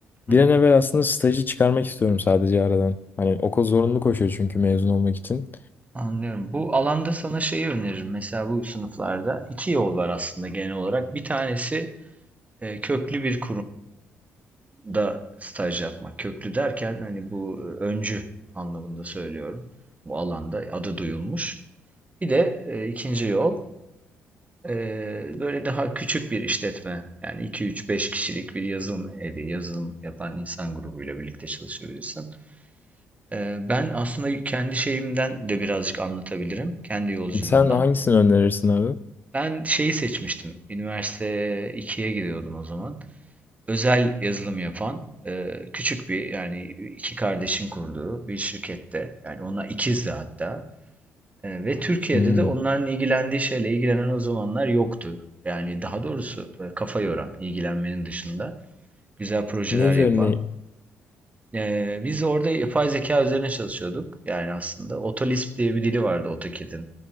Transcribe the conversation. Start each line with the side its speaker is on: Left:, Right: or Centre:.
Right: Hı
Left: Bir
Right: hı.
Left: an evvel aslında stajı çıkarmak istiyorum sadece aradan. Hani okul zorunlu koşuyor çünkü mezun olmak için.
Right: Anlıyorum. Bu alanda sana şeyi öneririm. Mesela bu sınıflarda iki yol var aslında genel olarak. Bir tanesi e, köklü bir kurumda staj yapmak. Köklü derken hani bu e, öncü anlamında söylüyorum. Bu alanda adı duyulmuş. Bir de e, ikinci yol e, böyle daha küçük bir işletme. Yani iki üç beş kişilik bir yazılım evi, yazılım yapan insan grubuyla birlikte çalışabilirsin. Ee, Ben aslında kendi şeyimden de birazcık anlatabilirim. Kendi yolculuğumdan.
Left: Sen hangisini önerirsin abi?
Right: Ben şeyi seçmiştim. Üniversite 2'ye gidiyordum o zaman. Özel yazılım yapan e, küçük bir yani iki kardeşin kurduğu bir şirkette. Yani ona ikizdi hatta. E, Ve Türkiye'de
Left: Hmm.
Right: de onların ilgilendiği şeyle ilgilenen o zamanlar yoktu. Yani daha doğrusu e, kafa yoran, ilgilenmenin dışında güzel projeler
Left: Ne üzerine?
Right: yapan Ee, biz orada yapay zeka üzerine çalışıyorduk. Yani aslında Otolisp diye bir dili vardı AutoCAD'in.